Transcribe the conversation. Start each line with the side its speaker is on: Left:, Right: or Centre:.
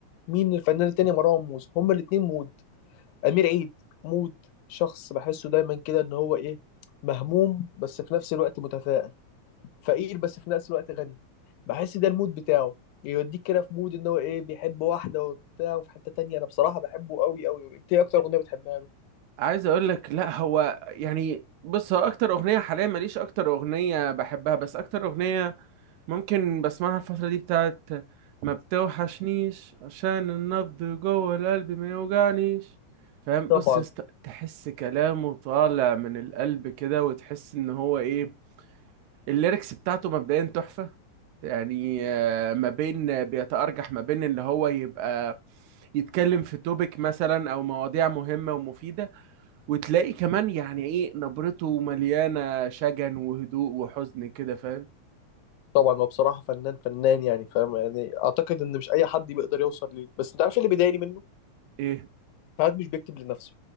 Left: مين الفنان التاني مروان موسى هما الاتنين مود أمير عيد مود شخص بحسه دايما كده إن هو إيه مهموم بس في نفس الوقت متفائل فقير بس في نفس الوقت غني بحس ده المود بتاعه يوديك كده في مود إن هو إيه بيحب واحدة وبتاع وفي حتة تانية أنا بصراحة بحبه قوي قوي أنت إيه أكتر أغنية بتحبها له؟
Right: عايز اقول لك لا هو يعني بص هو اكتر اغنية حاليا ماليش اكتر اغنية بحبها بس اكتر اغنية ممكن بسمعها الفترة دي بتاعت ما بتوحشنيش عشان النبض جوه القلب ما يوجعنيش فاهم
Left: طبعا
Right: بص يا اسطى تحس كلامه طالع من القلب كده وتحس ان هو ايه الليركس بتاعته مبدئيا تحفة يعني آه، ما بين بيتأرجح ما بين اللي هو يبقى يتكلم في توبيك مثلا او مواضيع مهمة ومفيدة وتلاقي كمان يعني ايه نبرته مليانة شجن وهدوء وحزن كده فاهم
Left: طبعا هو بصراحة فنان فنان يعني فاهم يعني أعتقد إن مش أي حد بيقدر يوصل ليه بس أنت عارف إيه اللي بيضايقني منه؟
Right: ايه
Left: ساعات مش بيكتب لنفسه